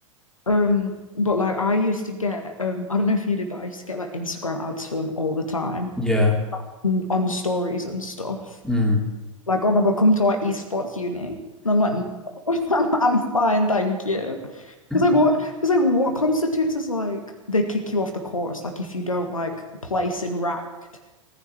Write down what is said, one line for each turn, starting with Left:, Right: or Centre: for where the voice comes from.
Left: Um, but like I used to get um I don't know if you did, but I used to get like Instagram ads for them all the time
Centre: Yeah.
Left: on, on stories and stuff.
Centre: Mm.
Left: Like, oh my God, come to our esports uni. And I'm like, "No, <laughs> I'm, I'm fine, thank you.
Centre: <laughs>
Left: Because like what? Because like what constitutes as like they kick you off the course? Like if you don't like place in ranked.